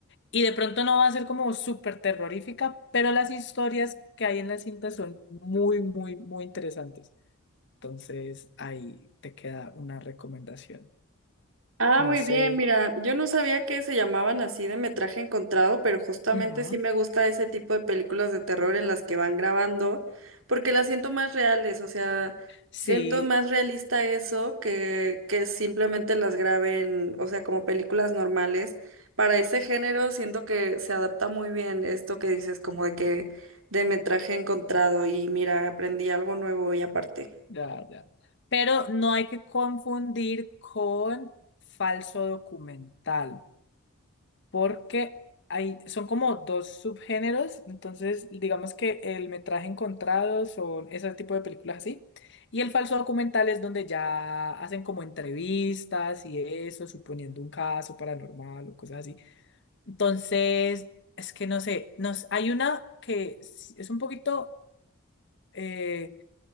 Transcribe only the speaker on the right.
Ah,
muy
bien, mira, yo no sabía que se llamaban así de metraje encontrado, pero justamente
sí me gusta ese tipo de películas de terror en las que van grabando, porque las siento más reales, o sea,
siento más realista eso que, que simplemente las graben, o sea, como películas normales. Para ese género siento que se adapta muy bien esto que dices, como de que de metraje encontrado, y mira, aprendí algo nuevo y aparte.